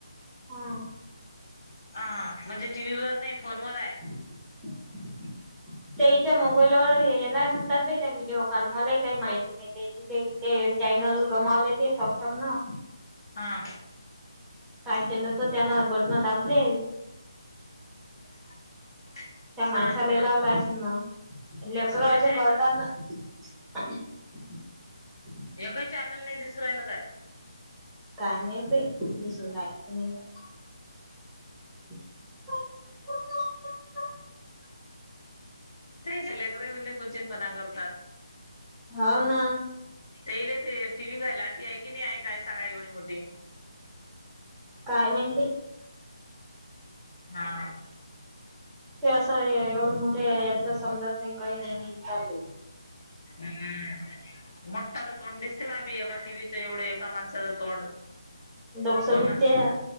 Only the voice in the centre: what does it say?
हा
<inaudible> तेईच्या मोबाईलवर येनार म्हणतात बाई त्या व्हिडिओ काॅल, मलाही काही माहित त्या ते ते चॅनल गमावले ते सक्षम नं.
काय केलं तर त्यान बटनं दाबले.
त्या माणसाला
लावला असेल ना लेकरं
असे
करतात ना. ह <inaudible>
काय? माहित बाई दिसून राहिल क नाही तर. <inaudible>
हाव न.
काय माहिती? बाई
ते असं एवढं मोठे यात समजत नाही काही नाही चाललं.
डोक्सा
दुखतेया.